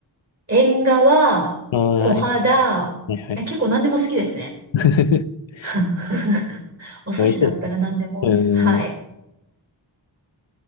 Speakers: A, on the right; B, on the left.
A: 縁側、
B: ああは
A: 小肌、
B: いはい。
A: え、結構何でも好きですね。
B: <laughs>
A: <laughs> お寿司だったら何でも。
B: 美味しい。うん、
A: はい。